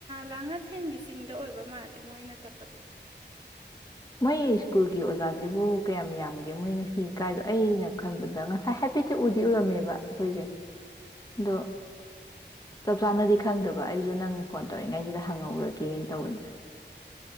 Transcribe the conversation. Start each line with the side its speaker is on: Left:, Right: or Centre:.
Right: ꯂꯥꯡꯉꯊꯦꯟꯒꯤ ꯆꯤꯡꯗ ꯑꯣꯏꯕ ꯃꯥꯜꯂꯦ ꯃꯣꯏꯅ ꯆꯠꯄꯗꯣ꯫
Left: ꯃꯣꯏ ꯁ꯭ꯀꯨꯜꯒꯤ ꯑꯣꯖꯥꯁꯤꯕꯨ ꯀꯌꯥꯝ ꯌꯥꯝꯒꯦ ꯃꯣꯏ ꯉꯁꯤ ꯀꯥꯏꯗꯣ ꯑꯩꯅ ꯈꯟꯕꯗ ꯉꯁꯥꯏ ꯍꯥꯏꯐꯦꯠꯇꯤ ꯎꯗꯤ ꯎꯔꯝꯃꯦꯕ ꯑꯩꯈꯣꯏꯁꯦ ꯑꯗꯣ ꯆꯞ ꯆꯥꯅꯗꯤ ꯈꯪꯗꯕ ꯑꯩꯁꯨ ꯅꯪ ꯐꯣꯟ ꯇꯧꯔꯛꯏꯉꯩꯁꯤꯗ ꯍꯪꯍꯧꯔꯒꯦꯅ ꯇꯧꯕꯅꯤꯗ꯫